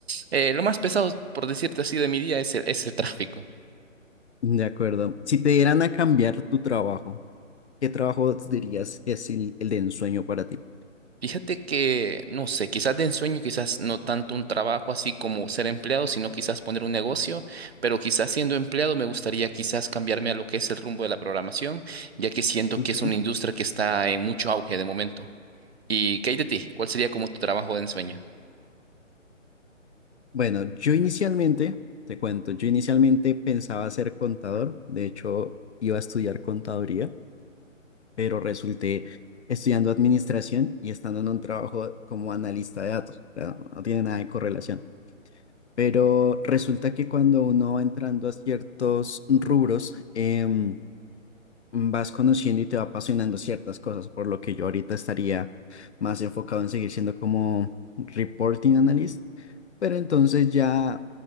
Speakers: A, on the right; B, on the left.
A: eh, lo más pesado, por decirte así, de mi día es el, es el tráfico.
B: De acuerdo. Si te dieran a cambiar tu trabajo, ¿qué trabajo dirías que es el, el de ensueño para ti?
A: Fíjate que, no sé, quizás de ensueño, quizás no tanto un trabajo así como ser empleado, sino quizás poner un negocio, pero quizás siendo empleado me gustaría quizás cambiarme a lo que es el rumbo de la programación, ya que siento
B: Ok.
A: que es una industria que está en mucho auge de momento. ¿Y qué hay de ti? ¿Cuál sería como tu trabajo de ensueño?
B: Bueno, yo inicialmente, te cuento, yo inicialmente pensaba ser contador, de hecho iba a estudiar contaduría, pero resulté estudiando administración y estando en un trabajo como analista de datos, o sea, no tiene nada de correlación. Pero resulta que cuando uno va entrando a ciertos rubros, em, vas conociendo y te va apasionando ciertas cosas, por lo que yo ahorita estaría más enfocado en seguir siendo como reporting analyst, pero entonces ya